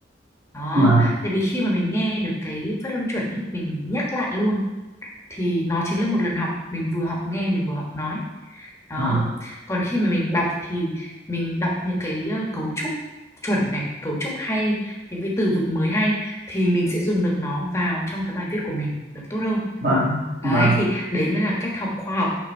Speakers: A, on the left (about 15°); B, on the right (about 50°).
A: đó
B: vâng
A: tại vì khi mà mình nghe được cái phát âm chuẩn ý, mình nhắc lại luôn thì nó chính là một lần học mình vừa học nghe mình vừa học nói đó
B: ờ,
A: còn khi mà mình đọc thì mình đọc những cái ờ, cấu trúc chuẩn này cấu trúc hay những cái từ vựng mới hay thì mình sẽ dùng được nó vào trong cái bài viết của mình được tốt hơn
B: vâng vâng
A: Đấy thì đấy mới là cách học khoa học.